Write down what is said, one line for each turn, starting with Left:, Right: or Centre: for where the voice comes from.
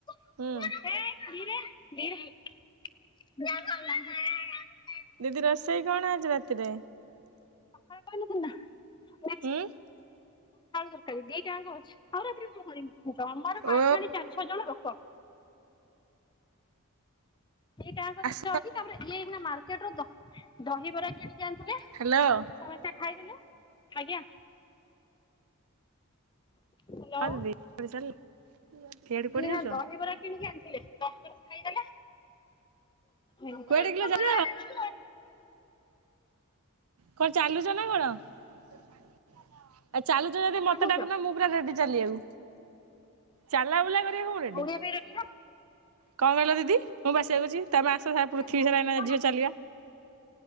Left: <inaudible>
Right: ହୁଁ
Left: ରେ ଯ <inaudible>
Right: ଦିଦି ରୋଷେଇ କଣ ଆଜି ରାତିରେ?
Left: <inaudible> ମଟର ଆଳୁ
Right: ହୁଁ
Left: ତରକାରୀ ଦିଟାଙ୍କ ଅଛି ଆଉ ରାତିରେ କଣ କରିବି ଆମର ମାଡିମାଣି
Right: ଓ
Left: ଚାରି ଛଅ ଜଣ ଲୋକ। ଏଇ କାହାଙ୍କ ଜିନିଷ
Right: ଆସ
Left: ଅଛି ତାପରେ ଇଏ ଏଇଖିନା ମାର୍କେଟରୁ ଦହିବରା କିଣିକି ଆଣିଥିଲେ।
Right: ହ୍ୟାଲୋ
Left: ସମସ୍ତେ ଖାଇଦେଲେ ଆଜ୍ଞା। ହ୍ୟାଲୋ
Right: <unintelligible> କୁଆଡେ କୁଆଡେ
Left: <unintelligible>
Right: ଯାଉଛ
Left: ଦହିବରା କିଣିକି ଆଣିଥିଲେ ଦହିବରା ଖାଇଦେଲେ। <inaudible>
Right: କୁଆଡେ କିଲୋ ଯାଉଛ କଣ ଚାଲୁଛ ନା କଣ ଆଉ ଚାଲୁଛ ଯଦି ମତେ
Left: କହୁଛ
Right: ଡାକୁନା
Left: ଦୌଡିବା
Right: ମୁଁ ପୁରା ରେଡି ଚାଲିିବାକୁ ଚାଲା ବୁଲା କରିବାକୁ ମୁଁ
Left: <inaudible>
Right: ରେଡି କଣ କହିଲ ଦିଦି ମୁଁ ବାସିବାକୁୁଛି ତମେ ଆସ ସାର ପୃଥିବୀ
Left: ଏ ଦୌଡିବ
Right: ସାରା ଏଇନା
Left: ନା
Right: ଝିଅ ଚାଲିବା।